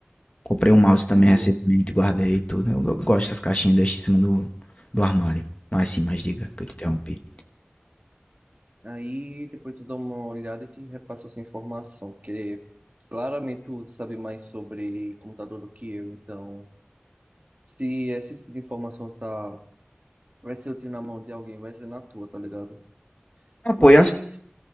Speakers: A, on the left; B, on the right.
A: Comprei um mouse também
B: O...
A: recentemente, guardei tudo. Eu go- gosto das caixinhas, deixo em cima do, do armário. Mas sim, mas diga que eu te interrompi.
B: Aí depois eu dou uma olhada e te repasso essa informação, porque claramente tu sabe mais sobre computador do que eu, então se esse tipo de informação tá, vai ser útil na mão de alguém, vai ser na tua, tá ligado?
A: Ah, pô,
B: Mas,
A: e assim,